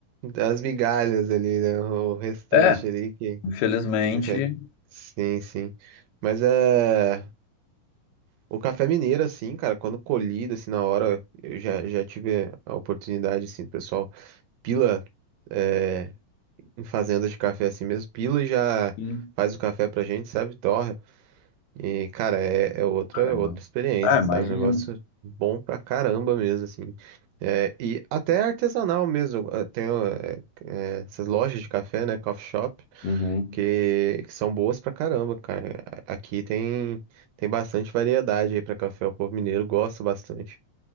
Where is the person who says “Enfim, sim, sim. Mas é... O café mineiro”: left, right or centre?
Right